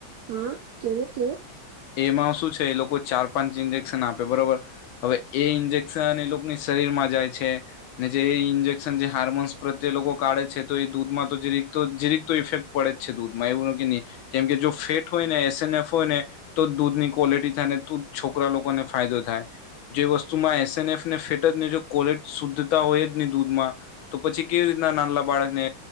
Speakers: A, on the right (about 75°); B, on the left (about 75°).
A: હા કેવું કેવું
B: એમાં શું છે. એ લોકો ચાર પાંચ ઇન્જેક્શન આપે બરોબર હવે એ ઇન્જ સન એ લોકોની શરીર માં જાય છે. ને જે ઇન્જેક્શન જે હાર્મોન્સ પ્રત્યે લોકો કાઢે છે. તો એ દૂધમાં તોજ રીક તો જરીક ઇફેક્ટ પડે છે. દૂધમાં એવું ને કી નહી કેમ કે જો ફેટ હોય ને એસ એન એફ હોય ને તો દૂધની ક્વોલિટી થાય ને તો છોકરા લોકોને ફાયદો થાય જે વસ્તુમાં એસએન એફ ને ફેટ જ ને ક્વોલિટી શુદ્ધતા હોય જ નહી દૂધમાં તો પછી કેવી રીતના નાનલા બાળકને